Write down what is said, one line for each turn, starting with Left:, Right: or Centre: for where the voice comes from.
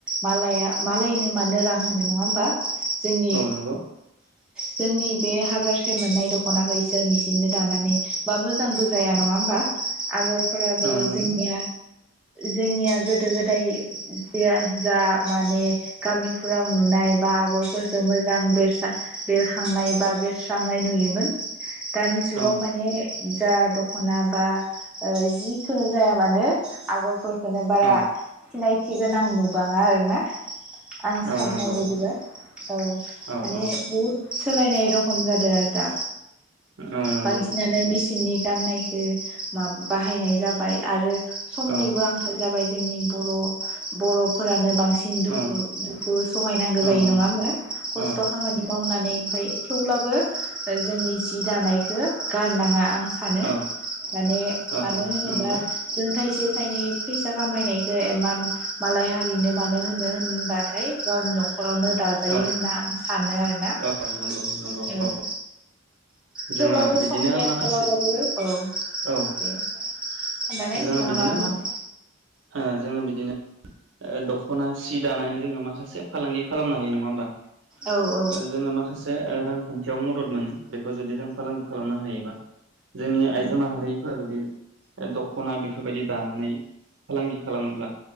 Centre: मालया मालायनो मानो रां होनो नङा होमबा। जोंनि
Right: औ नोंगौ।
Centre: जोंनि बे हाजारसे मोननाय दख'नाखो इसोर मिसिनदो दानानै बा मोजांबो जाया नङा होमबा। आगरफोराबो
Right: औ नंगौ
Centre: जोंनि जोंनिया जोद गोदो गोदाय जेया। जा माने गामिफोराव नुनाय बा आगरफोरफोरखो मोजां बेरस्रा बेरखांनाय बा बेरस्रांनाय नुयोमोन। दानि जुगाव
Right: औ
Centre: माने। जा दखना बा ओ जिखो जाया मानो आगरफोर खोनो बारा
Right: औ
Centre: सिनाय थि गोनां नुबाङा आरोना। आं साननाय
Right: औ नंगौ
Centre: बायदिब्ला औ
Right: औ
Centre: माने
Right: औ
Centre: बुहुद सोलायनाय रखम जादों आरो दा।
Right: औ नंगौ
Centre: बांसिनानो मिसिन‌ सिननि गाननायखौ मा बाहायनाय जाबाय।। आरो समनिबो
Right: औ
Centre: आंखाल जाबाय जोंनि बर बर'फोरानो बांसिन सिन दुखु
Right: औ
Centre: दुखु सहायनांगौ जायो
Right: औ
Centre: नङा होमबा
Right: औ
Centre: खस्थ' खामानि मावनानै ओमफाय थेवब्लाबो जोंनि जि दानायखौ गारनाङा आं सानो
Right: औ
Centre: माने
Right: औ
Centre: मानो होनोबा
Right: नंगौ
Centre: थाइसे थाइनै फैसा खामायनायखौ इमान मालाय हारिनो मानो होनो होनबाथाय गावनिल' न'खरावनो दाजायो
Right: औ
Centre: होनना आं सानो आरोना औ
Right: औ नंगौ नंगौ औ जोङो
Centre: थेवब्लाबो
Right: बिदिनो
Centre: समनि
Right: माखासे
Centre: आंखालावबाबो औ
Right: औ
Centre: दे खोन्थानाय नोंथाङा
Right: जोङो बिदिनो
Centre: मा होन्दोनमोन
Right: ओ जोङो बिदिनो दख'ना सि दानानै जोङो माखासे फालांगि खालामनो हायो नङा होमबा?
Centre: औ औ
Right: जोङो माखासे रां खान्थियाव मदद मोनो बेखौ जुदि जों फालांगि खालामनो हायोबा जोंनि आइजो माहारिफ्रा जुदि दख'ना बेफोरबायदि दानानै फालांगि खालामोब्ला